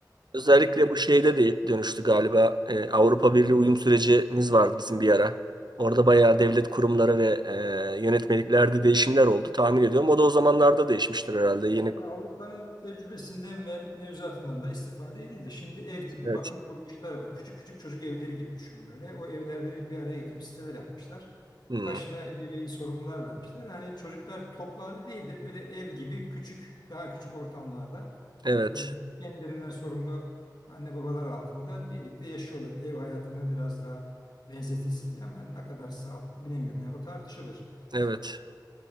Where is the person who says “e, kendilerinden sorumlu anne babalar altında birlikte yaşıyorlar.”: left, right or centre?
Left